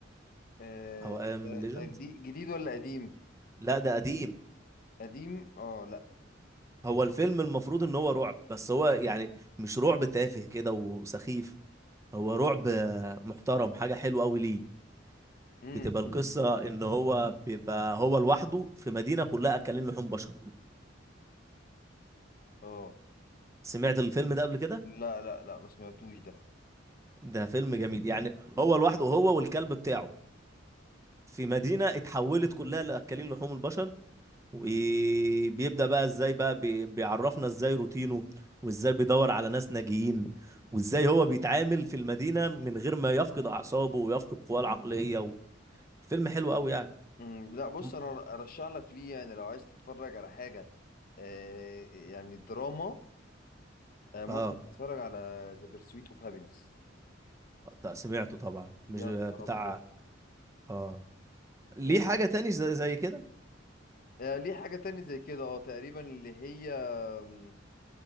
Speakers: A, on the left; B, on the right.
A: آه،
B: او اي
A: ده
B: ام ليجند
A: ده جديد جديد ولا قديم
B: لا ده قديم
A: قديم اه لا
B: هو الفيلم المفروض ان هو رعب بس هو يعني مش رعب تافه كده وسخيف هو رعب محترم حاجة حلوة قوي ليه
A: امم
B: بتبقى
A: امم
B: القصة
A: إمم.
B: ان هو بيبقى هو لوحده في مدينة كلها اكلين لحوم بشر
A: اه
B: سمعت الفيلم ده قبل كده
A: لا لا لا ما سمعتوش ده
B: ده فيلم جميل يعني هو لوحده هو والكلب بتاعه في مدينة
A: مم.
B: اتحولت كلها لأكلين لحوم البشر وبيبدأ بقى ازاي بقى بي- بيعرفنا ازاي روتينه وازاي بيدور على ناس ناجيين وازاي هو بيتعامل في المدينة من غير ما يفقد أعصابه ويفقد قواه العقلية و... فيلم حلو قوي يعني
A: مم، لا بص
B: م-
A: انا ارشح لك ليه يعني لو عايز تتفرج على حاجه آه، يعني دراما آه، ممكن
B: اه
A: تتفرج على ذا بيرسويت اوف هابينس
B: ط- سمعته طبعا
A: يا
B: مش بتاع
A: نهار ابيض
B: اه ليه
A: جامد
B: حاجة تاني زي, زي كده
A: آه، ليه حاجة تانية زي كده اه تقريبا اللي هي آم،